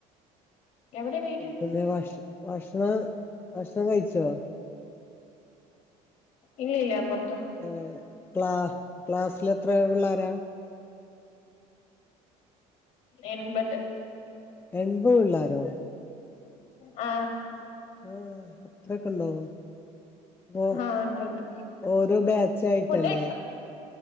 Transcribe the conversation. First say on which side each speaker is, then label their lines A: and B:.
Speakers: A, on the left (about 65°); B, on the left (about 15°).
A: എവിടെ വീട്
B: പിന്നെ ഭഷ ഭക്ഷണം ഭക്ഷണം കയ്ച്ചോ
A: ഇല്ല ല്ല പൊർ
B: ഏ ക്ലാ ക്ലാസിലെത്ര പിള്ളേര
A: എൺപത്
B: എൺപത് പിള്ളാരോ
A: ആ
B: ആ അത്രൊക്കെണ്ടോ ഇപ്പോ
A: ആ ഉണ്ട് ഉണ്ട്
B: ഓരോ ബാച്ചായിട്ടല്ലേ
A: ഫുഡ്